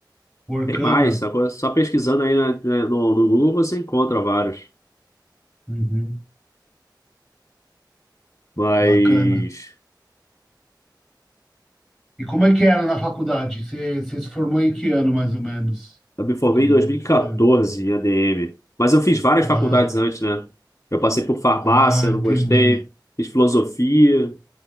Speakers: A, in the centre; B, on the left.
A: Workana.
B: tem mais, sacou? Só pesquisando aí na- na- no, no Google você encontra vários.
A: Uhum.
B: Mas
A: Bacana. E como é que era na faculdade? Você, você se formou em que ano, mais ou menos?
B: eu me formei
A: Entendeu?
B: em 2014 em ADM. Mas eu fiz várias
A: Ah,
B: faculdades antes, né? Eu passei por farmácia,
A: ah,
B: não
A: entendi.
B: gostei. Fiz filosofia,